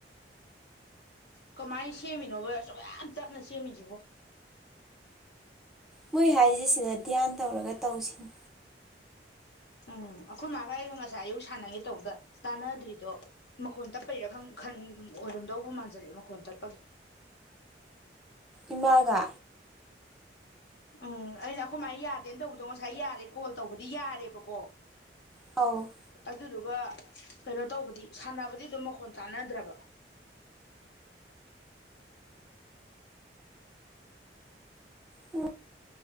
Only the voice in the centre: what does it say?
ꯃꯣꯏ ꯍꯥꯏꯔꯤꯁꯤ ꯁꯤꯗ ꯙ꯭ꯌꯥꯟ ꯇꯧꯔꯒ ꯇꯧꯁꯤꯅꯤ
ꯏꯃꯥꯒꯥ
ꯑꯧ
ꯎꯝ